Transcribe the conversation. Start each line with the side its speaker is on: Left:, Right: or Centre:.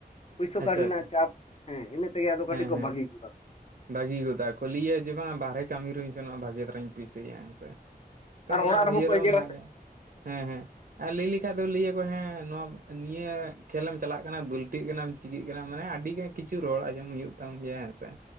Left: ᱯᱩᱭᱥᱟᱹ
Right: ᱟᱪᱪᱷᱟ
Left: ᱠᱟᱹᱣᱰᱤ ᱨᱮᱱᱟᱜ
Right: ᱟᱪᱪᱷᱟ
Left: ᱪᱟᱯ ᱦᱮᱸ, ᱤᱱᱟᱹᱜ ᱛᱮᱜᱮ ᱟᱫᱚ ᱠᱟᱹᱴᱤᱡ
Right: ᱦᱮᱸ
Left: ᱠᱚ
Right: ᱦᱮᱸ
Left: ᱵᱟᱹᱜᱤ ᱜᱚᱫᱟ᱾
Right: ᱵᱷᱟᱹᱜᱤ ᱜᱚᱫᱟ ᱠᱚ ᱞᱟᱹᱭᱟ ᱡᱮ ᱵᱟᱝ ᱵᱟᱦᱨᱮ ᱠᱟᱹᱢᱤ ᱨᱮᱦᱩᱧ ᱥᱮᱱᱚᱜᱼᱟ ᱵᱷᱟᱜᱮ ᱫᱷᱟᱨᱟᱧ ᱯᱤᱥᱟᱹᱭᱟ ᱦᱮᱸ ᱥᱮ, ᱛᱚ
Left: ᱟᱨ
Right: ᱚᱱᱟ
Left: ᱚᱲᱟᱜ ᱨᱮᱦᱚᱸ
Right: ᱩᱭᱦᱟᱹᱨᱟ
Left: ᱠᱚ
Right: ᱦᱚᱸ ᱢᱮᱱᱟᱜ ᱜᱮᱭᱟ᱾
Left: <inaudible>
Right: ᱦᱮᱸ ᱦᱮᱸ ᱟᱨ ᱞᱟᱹᱭ ᱞᱮᱠᱷᱟᱡ ᱫᱚ ᱞᱟᱹᱭᱟ ᱠᱚ ᱦᱮᱸ ᱱᱚᱣᱟ ᱱᱤᱭᱟᱹ ᱠᱷᱮᱞ ᱮᱢ ᱪᱟᱞᱟᱜ ᱠᱟᱱᱟ ᱵᱟᱹᱞᱴᱟᱹᱜ ᱠᱟᱱᱟᱢ᱾ ᱪᱤᱠᱟᱹᱜ ᱠᱟᱱᱟᱢ ᱢᱟᱱᱮ ᱟᱹᱰᱤᱜᱟᱱ ᱠᱤᱪᱷᱩ ᱨᱚᱲ ᱟᱸᱡᱚᱢ ᱦᱩᱭᱩᱜ ᱛᱟᱢ ᱜᱮᱭᱟ ᱦᱮᱸᱥᱮ᱾